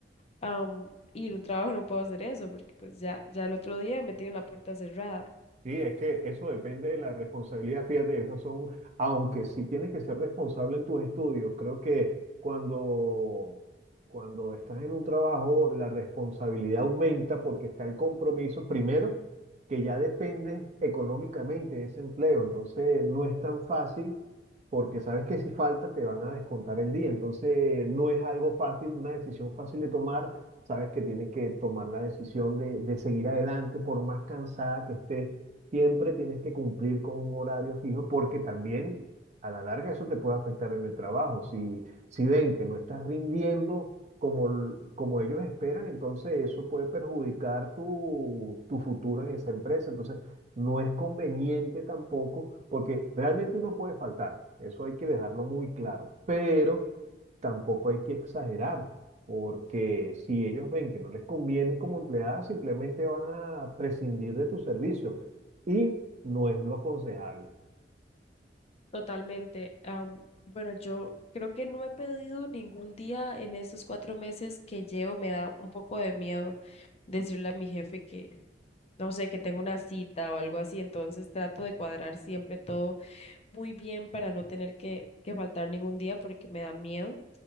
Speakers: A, on the left (about 35°); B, on the right (about 40°).
A: am, y en un trabajo no puedo hacer eso porque pues ya, ya el otro día me tienen la puerta cerrada.
B: Sí, es que eso depende de la responsabilidad, fíjate, esas son, aunque sí tienes que ser responsable en tus estudios, creo que cuando, cuando estás en un trabajo, la responsabilidad aumenta porque está el compromiso, primero, que ya dependes económicamente de ese empleo, entonces no es tan fácil porque sabes que si falta te van a descontar el día, entonces no es algo fácil, una decisión fácil de tomar, sabes que tienes que tomar la decisión de, de seguir adelante por más cansada que estés Siempre tienes que cumplir con un horario fijo porque también a la larga eso te puede afectar en el trabajo. Si, si ven que no estás rindiendo como, l- como ellos esperan, entonces eso puede perjudicar tu, tu futuro en esa empresa. Entonces no es conveniente tampoco porque realmente uno puede faltar. Eso hay que dejarlo muy claro. Pero tampoco hay que exagerar. Porque si ellos ven que no les conviene como empleada, simplemente van a prescindir de tu servicio y no es lo aconsejable.
A: Totalmente. am, bueno, yo creo que no he pedido ningún día en estos cuatro meses que llevo. Me da un poco de miedo decirle a mi jefe que, no sé, que tengo una cita o algo así. Entonces trato de cuadrar siempre todo muy bien para no tener que, que faltar ningún día porque me da miedo.